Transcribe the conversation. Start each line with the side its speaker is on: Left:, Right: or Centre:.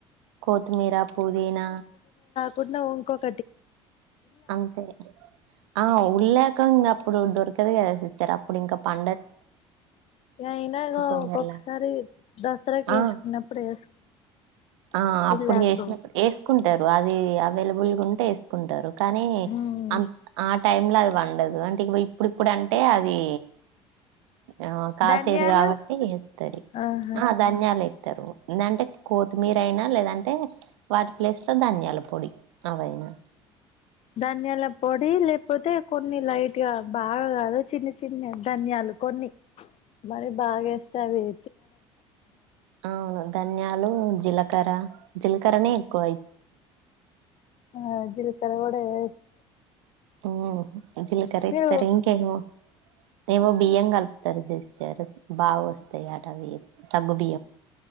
Right: కోతిమీరా పుదీనా
Left: కుట్న ఉంకొకటి
Right: అంతే ఆ ఉల్లాక్ ఇంకా ఇంగ అప్పుడు దొరకదు కదా సిస్టర్ అప్పుడు ఇంకా పండదు గదా
Left: అయినాదో
Right: తొందరలా
Left: ఒకొక్కసారి దసరాకి
Right: ఆ
Left: వేసుకున్నప్పుడు వేసుకున్నాం
Right: ఆ అప్పుడు
Left: ఉల్లాకు
Right: చేసినప్పుడు ఏసుకు ఉంటారు అది అవైలబుల్ గా ఉంటే ఏసుకుంటారు కానీ
Left: మ్మ్
Right: అం ఆ టైమ్ లో అది పండదు అంటే ఇగో ఇప్పుడిప్పుడు అంటే అది ఆ కాసేది
Left: ధనియాలు
Right: కాబట్టి ఎత్తది
Left: ఆహా
Right: ఆ ధన్యాలు ఏత్తరు ఎందంటే కోత్ మీరైనా లేదంటే వాటి ప్లేస్ లో ధన్యాల పొడి అవయినా
Left: ధన్యాల పొడి లేకపోతే కొన్ని లైట్‌గా బాగా కాదు చిన్న చిన్న ధన్యాలు కొన్ని మరి బాగేస్తే అవి తినడం కష్
Right: ఆ ధన్యాలు జీల కరా జీలకరనే ఎక్కువ అయిపోద్ది
Left: ఆ జీల్కర కూడా వేస్తుదే
Right: హ జిల్కర ఇత్తరు
Left: మీరు
Right: ఇంకేమో ఏవో బియ్యం కలుపుతరు సిస్టర్ బాగా వస్తయి అటవి సగ్గు బియ్యం